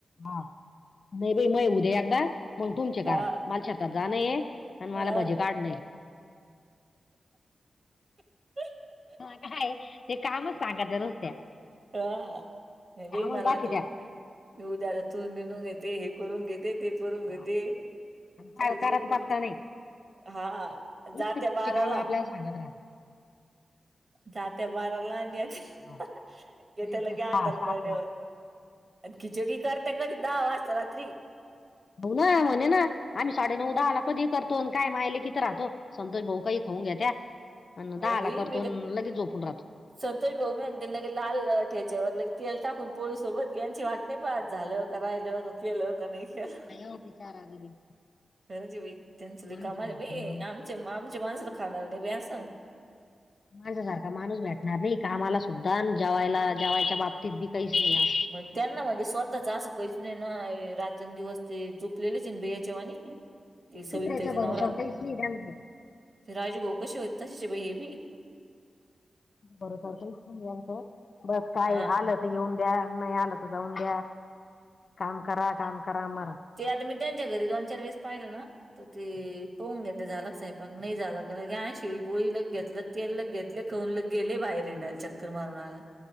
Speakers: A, on the left; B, on the right.
A: हा नाही बाई मय उद्या एकदाचं, पण तुमच्या दारात,
B: हा
A: मला शेतात जाणय अण मला
B: हा.
A: भजी काढ नाही.
B: ह
A: ह काय ते कामच सांगा त्या नुसत्या.
B: ह नाही
A: कामच
B: बाई, मला
A: बाकी
B: त
A: त्या
B: मी उद्या त निदूंन घेते, हे करून घेते ते ते
A: हा,
B: घेते
A: आणि काय
B: चालूच
A: करायचं
B: राहत त्यांचं
A: पत्ता नाही
B: हा
A: नुसते
B: जात्या
A: पुढचे
B: बाराला
A: काम आपल्याला सांगत राहते.
B: जात्या बाराला आणि येत्या
A: हा. येत्या
B: लगे
A: सहा
B: अंधार
A: सातला
B: पडल्यावर आणि खिचडी करते कधी दहा वाजता रात्री
A: हो ना म्हणे ना आम्ही साडे नऊ - दहाला कधी करतो काय माय लेकी त राहतो संतोष भाऊ काही खाऊन घेत्यात, अन्
B: हो
A: दहा आला
B: बाई
A: करतो
B: मी
A: अन् लगेच झोपून राहतो.
B: संतोष भाऊम त्यां लगे लाल ठेच्यावर लग तेल टाकून पोळी सोबत यांची वाट नाही पात झालं का राहिल का केलं का नाही केलं
A: काय ओ बिचारा गरीब
B: खरंज आहे बाई त्यांच ल
A: माणसासारखा
B: कामाले बाई,
A: माणूस
B: आमचे आमचे माणूस खाणार नाही बाई अस.
A: माणसासारखा माणूस भेटणार नाही कामाला सुद्धा, जेवायला जेवायच्या बाबतीत, बी काहीच नाही.
B: म्हण त्यांनवं स्वतःच, असं कहीच नाही रातनं दिवस. ते चुकलेललं चिनबैयाच्यावाणी ते, सविताईचं
A: दुसऱ्याच्या भरोश्यावर
B: नावरा
A: काहीच नाही त्यांचं
B: राजूभाऊ कशी होते, तशीचं बाई, हे बी
A: बर सर का <unintelligible> याल सर बस काय
B: हा
A: आलं येऊन द्या नाही आलं तर, जाऊन द्या काम करा काम करा मरा
B: जे आता मी त्यांच्या घरी जाऊन, चार वेळस पाहिलं ना. त ते पाहून घेते झालं, साइपाक नाही झालं नाही झाला की लगे घेतली शिळी पोळी लगे घेतलं तेला घेतले खन लग गेले कवळत गेलेत, बाहेरिंडायला चक्कर मारून आला.